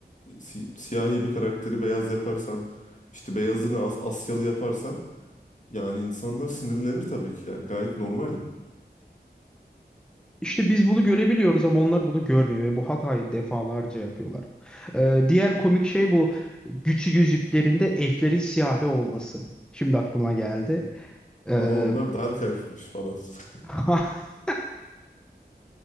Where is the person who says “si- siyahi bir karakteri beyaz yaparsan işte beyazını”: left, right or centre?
Left